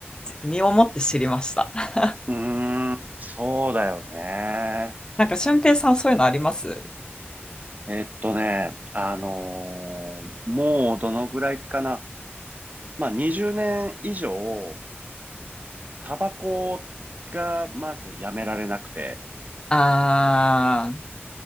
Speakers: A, on the left; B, on the right.
A: 身をもって知りました。<laughs>
B: うーん。そうだよね。
A: なんか、俊平さんそういうのあります
B: えっとね、あのーもうどのぐらいかな。まあ、20年以上、タバコがまずやめられなくて。
A: あー、